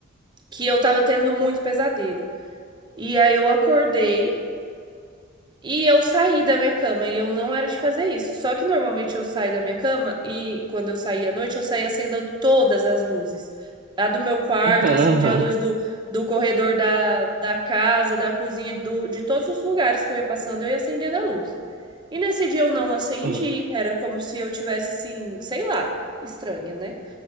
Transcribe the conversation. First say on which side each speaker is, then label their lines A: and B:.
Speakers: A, on the right (about 20°); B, on the right (about 45°).
A: que eu tava tendo muito pesadelo. E aí eu acordei E eu saí da minha cama e eu não era de fazer isso. Só que normalmente eu saio da minha cama e quando eu saía à noite, eu saía acendendo todas as luzes. A do meu quarto,
B: <laughs>
A: eu
B: Aham,
A: acendia a luz do, do corredor da, da casa, da cozinha, do, de todos os lugares que eu ia passando, eu ia acendendo a luz. E nesse dia eu não acendi,
B: Sim.
A: era como se eu tivesse, assim, sei lá, estranha, né?